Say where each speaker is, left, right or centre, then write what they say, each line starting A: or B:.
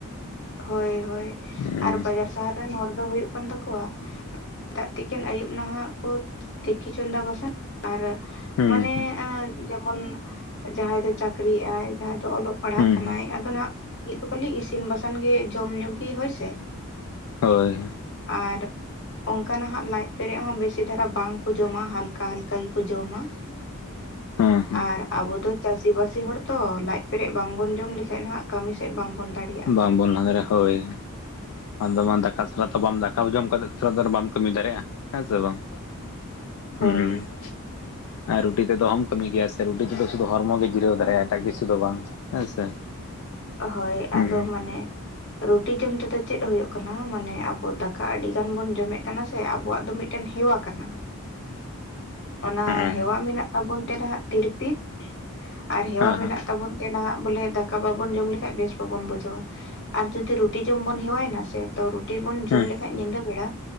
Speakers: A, on the left; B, on the left.
A: ᱦᱳᱭ ᱦᱳᱭ
B: ᱦᱩᱸ
A: ᱟᱨ ᱵᱟᱡᱟᱨ ᱥᱟᱦᱟᱨ ᱨᱮᱱ ᱦᱚᱲ ᱫᱚ ᱦᱩᱭᱩᱜ ᱠᱟᱱ ᱛᱟᱠᱚᱣᱟ ᱥᱮᱛᱟᱜ ᱛᱤᱠᱤᱱ ᱟᱹᱭᱩᱵ ᱱᱟᱦᱟᱜ ᱠᱚ ᱛᱤᱠᱤ ᱪᱚᱸᱫᱟ ᱵᱟᱥᱟᱝ <inaudible> ᱟᱨ
B: ᱦᱩᱸ
A: ᱢᱟᱱᱮ
B: ᱦᱩᱸ
A: ᱡᱮᱢᱚᱱ ᱡᱟᱦᱟᱸᱭ ᱫᱚ ᱪᱟᱹᱠᱨᱤ ᱮᱭᱟᱭ ᱡᱟᱦᱟᱸᱭ ᱫᱚ ᱚᱞᱚᱜ ᱯᱟᱲᱦᱟᱜ
B: ᱦᱩᱸ
A: ᱠᱟᱱᱟᱭ
B: ᱦᱩᱸ
A: ᱟᱫᱚ ᱱᱟᱜ ᱢᱤᱫ ᱫᱚ ᱠᱷᱟᱹᱞᱤ ᱤᱥᱤᱱ ᱵᱟᱥᱟᱝ ᱜᱮ ᱡᱚᱢ ᱧᱩ ᱜᱮ ᱦᱳᱭ ᱥᱮ
B: ᱦᱳᱭ
A: ᱟᱨ ᱚᱱᱠᱟᱱᱟᱦᱟᱜ ᱞᱟᱡ ᱯᱮᱨᱮᱡ ᱦᱚᱸ ᱵᱮᱥᱤ ᱫᱷᱟᱨᱟ ᱵᱟᱝᱠᱚ ᱡᱚᱢᱟ ᱦᱟᱞᱠᱟ ᱦᱟᱞᱠᱟ ᱜᱮᱠᱚ ᱡᱚᱢᱟ
B: ᱦᱩᱸ ᱦᱩᱸ
A: ᱟᱨ ᱟᱵᱚ ᱫᱚ ᱪᱟᱹᱥᱤ ᱵᱟᱹᱥᱤ ᱦᱚᱲ ᱛᱚ ᱞᱟᱡ ᱯᱮᱨᱮᱡ ᱵᱟᱝᱵᱚᱱ ᱡᱚᱢ ᱞᱮᱠᱷᱟᱱᱡ ᱱᱟᱦᱟᱜ ᱠᱟᱹᱢᱤ ᱥᱮᱫ ᱵᱟᱝᱵᱚᱱ ᱫᱟᱲᱮᱭᱟᱜᱼᱟ᱾
B: ᱵᱟᱝᱵᱚᱱ ᱞᱟᱜᱟ ᱫᱟᱨᱮᱭᱟ ᱦᱳᱭ ᱟᱫᱚ ᱢᱟ ᱫᱟᱠᱟ ᱥᱟᱞᱟᱜ ᱛᱟ ᱵᱟᱢ ᱫᱟᱠᱟ ᱡᱚᱢ ᱠᱟᱛᱮ ᱛᱷᱚᱲᱟ ᱛᱚᱲᱟ ᱵᱟᱢ ᱠᱟᱹᱢᱤ ᱫᱟᱲᱮᱭᱟᱜᱼᱟ ᱦᱮᱸ ᱥᱮ ᱵᱟᱝ
A: ᱦᱳᱭ
B: ᱦᱩᱸ ᱟᱨ ᱨᱩᱴᱤ ᱛᱮᱫᱚ ᱚᱦᱚᱢ ᱠᱟᱹᱢᱤ ᱜᱮᱭᱟ ᱥᱮ ᱨᱩᱴᱤ ᱛᱮᱫᱚ ᱥᱩᱫᱩ ᱦᱚᱲᱢᱚ ᱜᱮ ᱡᱤᱨᱟᱹᱣ ᱫᱟᱲᱮᱭᱟᱜᱼᱟ ᱮᱴᱟᱜ ᱠᱤᱪᱷᱩ ᱫᱚ ᱵᱟᱝ ᱦᱮᱸ ᱥᱮ᱾
A: ᱦᱳᱭ ᱟᱫᱚ
B: ᱦᱩᱸ
A: ᱢᱟᱱᱮ ᱨᱩᱴᱤ ᱡᱚᱢ ᱛᱮᱫᱚ ᱪᱮᱫ ᱦᱩᱭᱩᱜ ᱠᱟᱱᱟ ᱢᱟᱱᱮ ᱟᱵᱚ ᱫᱟᱠᱟ ᱟᱹᱰᱤ ᱜᱟᱱ ᱵᱚᱱ ᱡᱚᱢᱮᱜ ᱠᱟᱱᱟ ᱥᱮ ᱟᱵᱚᱣᱟᱜ ᱫᱚ ᱢᱤᱫ ᱴᱟᱹᱱ ᱦᱮᱣᱟ ᱠᱟᱱᱟ ᱚᱱᱟ
B: ᱦᱮᱸ
A: ᱦᱮᱣᱟ ᱢᱮᱱᱟᱜ ᱛᱟᱵᱚᱱ ᱛᱮ ᱱᱟᱦᱟᱜ ᱛᱤᱨᱯᱤᱛ ᱟᱨ ᱦᱮᱣᱟ
B: ᱦᱮᱸ
A: ᱢᱮᱱᱟᱜ
B: ᱦᱮᱸ
A: ᱛᱟᱵᱩᱱ ᱱᱟᱦᱟᱜ ᱵᱚᱞᱮ ᱫᱟᱠᱟ ᱵᱟᱵᱚᱱ ᱡᱚᱢ ᱞᱮᱠᱷᱟᱱ ᱵᱮᱥ ᱵᱟᱵᱚᱱ ᱵᱩᱡᱷᱟᱹᱣ-ᱟ᱾ ᱟᱨ ᱡᱩᱫᱤ ᱨᱩᱴᱤ ᱡᱚᱢ ᱵᱚᱱ ᱦᱮᱣᱟᱮᱱᱟ ᱥᱮ ᱛᱚ ᱴᱤ ᱵᱩᱱ
B: ᱦᱮᱸ
A: ᱡᱚᱢ ᱞᱮᱠᱷᱟᱱ ᱧᱤᱫᱟᱹ ᱵᱮᱲᱟ